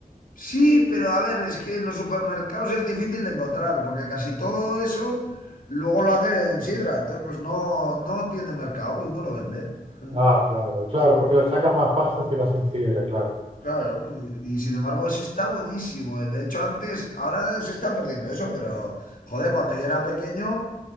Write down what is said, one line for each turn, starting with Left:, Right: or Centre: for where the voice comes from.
Left: Sí, pero a ver, es que en los supermercados es difícil de encontrar, porque casi todo eso luego lo hacen sidra. Entonces, pues no, no tiene mercado y no lo venden. <laughs>
Right: Ah, claro, claro, porque le sacan más pasas y lo hacen sidra, claro,
Left: Claro, y, y sin embargo eso está buenísimo. De hecho, antes, ahora se está perdiendo eso, pero joder, cuando yo era pequeño...